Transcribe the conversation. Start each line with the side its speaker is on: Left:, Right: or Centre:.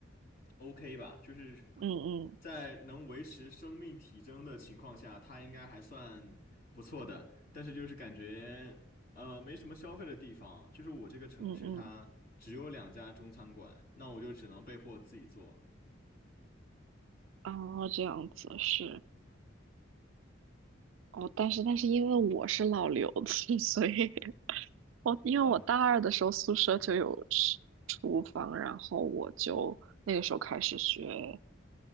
Left: OK 吧，就是
Right: 嗯嗯
Left: 在能维持生命体征的情况下，它应该还算不错的，但是就是感觉呃没什么消费的地方，就是我这个城市它只有两家中餐馆，
Right: 嗯嗯，
Left: 那我就只能被迫自己做。
Right: 哦，这样子是哦，但是但是因为我是老留子，<laughs> 所以我因为我大二的时候宿舍就有是厨房，
Left: 啊、
Right: 然后我就那个时候开始学。